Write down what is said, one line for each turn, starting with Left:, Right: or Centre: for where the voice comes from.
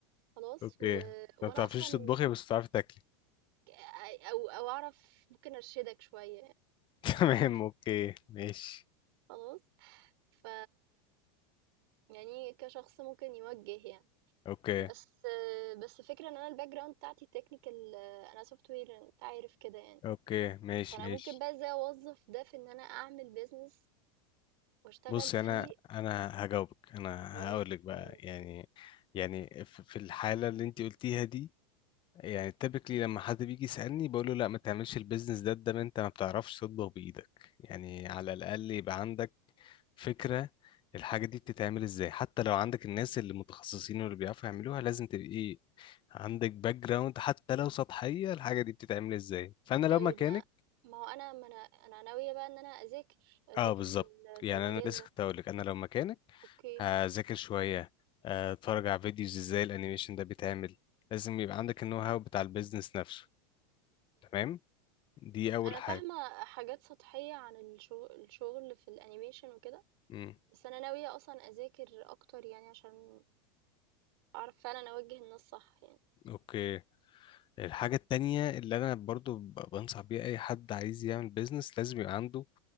Right: خلاص
Left: اوكي
Right: و... وانا
Left: ما بتعرفيش
Right: اصلا
Left: تطبخي بس بتعرفي تاكلي
Right: ك- او او اعرف ممكن ارشدك شوية
Left: <laughs> تمام
Right: <laughs>
Left: اوكي ماشي
Right: خلاص ف يعني كشخص ممكن يوجه يعني
Left: اوكي
Right: بس بس فكرة ان انا الباك جراوند بتاعتي تكنيكال انا سوفت وير انت عارف كده يعني
Left: اوكي ماشي
Right: فانا
Left: ماشي
Right: ممكن بقى ازاي اوظف ده في ان انا اعمل بيزنس واشتغل
Left: بص
Right: فيه
Left: يعني انا انا هجاوبك انا
Right: امم
Left: هقول لك بقى
Right: امم
Left: يعني يعني ف- في الحاله اللي انت قلتيها دي يعني تبكلي لما حد بيجي يسالني بقول له لا ما تعملش البيزنس ده ده ما انت ما بتعرفش تطبخ بايدك يعني على الاقل يبقى عندك فكره الحاجه دي بتتعمل ازاي حتى لو عندك الناس اللي متخصصين واللي بيعرفوا يعملوها لازم تبقى ايه عندك باك جراوند حتى لو سطحيه الحاجه دي بتتعمل ازاي فانا لو
Right: طيب
Left: مكانك
Right: ما ما هو انا ما انا انا ناوية بقى ان انا اذاكر اذاكر
Left: اه بالظبط
Right: في ال-
Left: يعني
Right: في المجال
Left: انا لسه
Right: ده
Left: كنت هقول لك انا لو مكانك
Right: اوكي
Left: هذاكر شويه آه، اتفرج على فيديوز ازاي الانيميشن ده بيتعمل لازم يبقى عندك النو هاو بتاع البيزنس نفسه تمام دي اول
Right: أنا
Left: حاجه
Right: فاهمة حاجات سطحية عن الشغ الشغل في الأنيميشن وكده،
Left: مم.
Right: بس أنا ناوية أصلًا أذاكر أكتر يعني عشان أعرف فعلًا أوجّه الناس صح يعني.
Left: اوكي الحاجه التانية اللي انا برضو ب- بنصح بيها اي حد عايز يعمل بيزنس لازم يبقى عنده